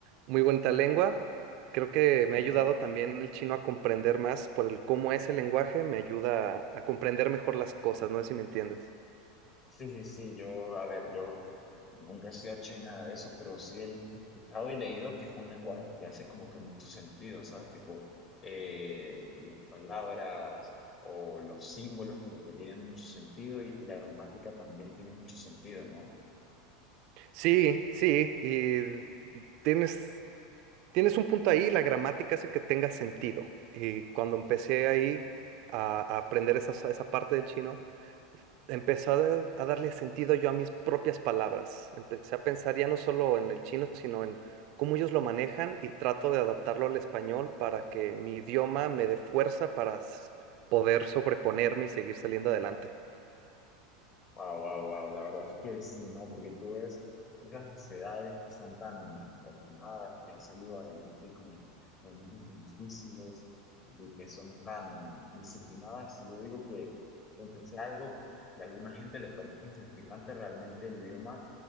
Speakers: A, on the right; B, on the left.
A: muy bonita lengua, creo que
B: Ujú.
A: me ha ayudado también el chino a comprender más por el cómo es el lenguaje, me ayuda a, a comprender mejor las cosas, no sé si me entiendes.
B: Sí, sí, sí, yo, a ver, yo nunca he sido chino y nada de eso, pero sí he he escuchado y leído que es un lenguaje que hace como que mucho sentido, ¿sabes? Tipo, eh, las palabras o los símbolos como que tienen mucho sentido y la gramática también tiene mucho sentido, ¿no?
A: Sí, sí, y tienes Tienes un punto ahí, la gramática hace que tenga sentido. Y cuando empecé ahí a, a aprender esa, esa parte del chino, empecé a, dar- a darle sentido yo a mis propias palabras. Empecé a pensar ya no solo en el chino, sino en cómo ellos lo manejan y trato de adaptarlo al español para que mi idioma me dé fuerza para s- poder sobreponerme y seguir saliendo adelante.
B: Wow, wow, wow. La verdad es que sí, ¿no? Porque tú ves esas sociedades que son tan ordenadas, que han salido adelante con momentos tan difíciles, de que son tan disciplinadas. Y yo digo que, aunque sea algo que a alguna gente le parezca insignificante, realmente el idioma